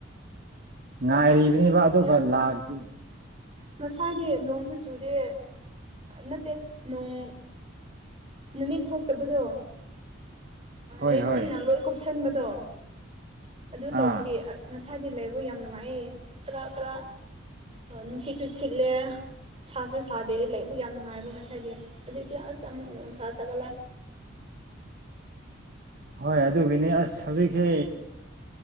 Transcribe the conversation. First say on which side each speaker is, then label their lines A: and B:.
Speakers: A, on the right; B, on the right.
A: ꯉꯥꯏꯔꯤꯕꯅꯤꯕ
B: ꯉꯁꯥꯏꯗꯤ ꯑꯁ
A: ꯑꯗꯨꯒ ꯂꯥꯛꯇꯤ
B: ꯉꯁꯥꯏꯗꯤ ꯅꯣꯡꯁꯨ ꯆꯨꯗꯦ ꯅꯠꯇꯦ ꯅꯣꯡ ꯅꯨꯃꯤꯠ ꯊꯣꯛꯇꯕꯗꯣ
A: ꯍꯣꯏ
B: ꯂꯩꯆꯤꯟꯅ
A: ꯍꯣꯏ
B: ꯂꯣꯏ ꯀꯨꯞꯁꯟꯕꯗꯣ ꯑꯗꯨ ꯇꯧꯕꯒꯤ
A: ꯑꯥ
B: ꯑꯁ ꯉꯁꯥꯗꯤ ꯂꯩ ꯑꯩꯕ ꯌꯥꯝ ꯅꯨꯡꯉꯥꯏ ꯈꯔ ꯈꯔ ꯅꯨꯡꯁꯤꯠꯁꯨ ꯆꯨꯁꯤꯠꯂꯦ ꯁꯥꯁꯨ ꯁꯥꯗꯦ ꯂꯩꯕꯨ ꯌꯥꯝ ꯅꯨꯡꯉꯥꯏꯕ ꯉꯁꯥꯏꯒꯤ ꯍꯧꯖꯤꯛꯇꯤ ꯑꯁ ꯑꯃꯨꯛ ꯅꯨꯡꯁꯥ ꯁꯒꯠꯂꯦ
A: ꯍꯣꯏ ꯑꯗꯨꯒꯤꯅꯤ ꯑꯁ ꯍꯧꯖꯤꯛꯁꯦ